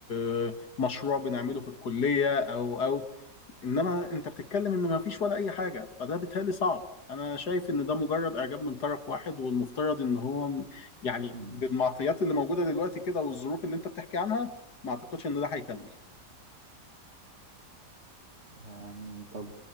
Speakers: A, on the left; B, on the right.
A: آه، مشروع بنعمله في الكلية او او انما انت بتتكلم ان ما فيش ولا اي حاجة فده بالتالي صعب انا شايف ان ده مجرد اعجاب من طرف واحد والمفترض ان هو م- يعني
B: مم.
A: بالمعطيات اللي موجودة دلوقتي كده والظروف اللي انت بتحكي عنها ما اعتقدش ان ده هيكمل
B: يعني طب